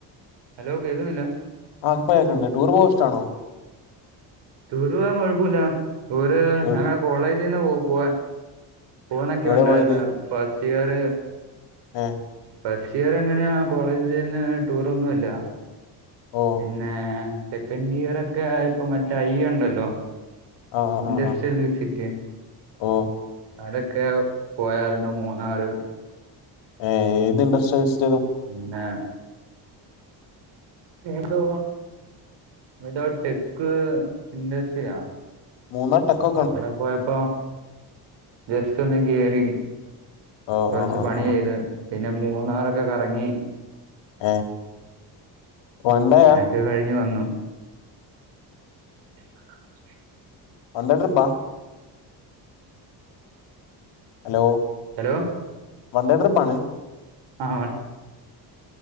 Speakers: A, on the right; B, on the left.
A: ഹലോ! കേൾക്കുന്നില്ല?
B: ആ ഇപ്പ കേക്കണ്ട്. ടൂർ പോവാനിഷ്ടാണോ?
A: ടൂര് പോവാൻ കുഴപ്പൂല്ല, ടൂര്
B: എവ്
A: ഞങ്ങള് കോളേജീന്ന് പോവാൻ പോണൊക്കെ
B: എവിടെ
A: ഉണ്ടായിരുന്ന്,
B: പോയത്
A: ഫസ്റ്റ് ഇയർ
B: <unintelligible>
A: ഫസ്റ്റ് ഇയർ എങ്ങനെയാ, കോളേജിന്ന് ടൂർ ഒന്നുമില്ല.
B: ഓ
A: പിന്നെ.., സെക്കൻഡ് ഇയർ ഒക്കെ ആയപ്പൊ, മറ്റേ ഐ ഒണ്ടല്ലോ? !
B: ആ ആ
A: ഇന്ടെസ്റ്റിൽ
B: ആ ആ
A: വിസിറ്റ്
B: ഓ
A: അടൊക്കെ പോയാരുന്നു. മൂന്നാറ്,
B: ഏ, ഏത് ഇൻട്രസ്റ്റി
A: പിന്നെ, ഏതോ, ഏതോ ടെക്ക് ഇഡസ്ട്രിയാ.
B: മൂന്നാർ ടക്കം
A: അവിടെ പോയപ്പോ ജസ്റ്റ് ഒന്ന് കേറി,
B: ഓ
A: കൊറച്ച്
B: ഓ ഓ
A: പണി ചെയ്ത്.
B: ഓ
A: പിന്നെ, മൂന്നാറൊക്കെ കറങ്ങി.
B: ഏ, വൺ ഡേയാ?
A: <unintelligible> കഴിഞ്ഞ് വന്നു. <inaudible>
B: വൺഡേ ട്രിപ്പാ? ഹലോ.?
A: ഹലോ
B: വൺ ഡേ ട്രിപ്പാണ്?
A: ആ